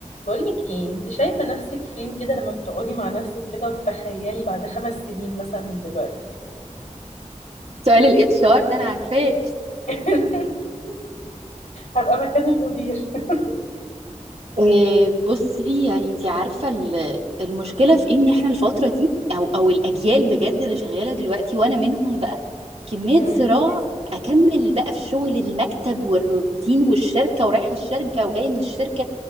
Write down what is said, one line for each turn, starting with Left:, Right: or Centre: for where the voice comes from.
Left: بقولك ايه انت شايفة نفسك فين كده لما بتقعدي مع نفسك كده وتتخيلي بعد خمس سنين مثلا من دلوقتي
Right: سؤال الاتش ار ده انا عارفاه
Left: <laughs> هبقى مكان المدير <laughs>
Right: آه، بصي يعني انت عارفه ال- المشكله في إيه؟ ان احنا الفتره دي او او الاجيال بجد اللي شغاله دلوقتي وانا منهم بقى كميه
Left: امم
Right: صراع اكمل بقى في شغل المكتب والروتين والشركه ورايحه الشركه وجايه من الشركه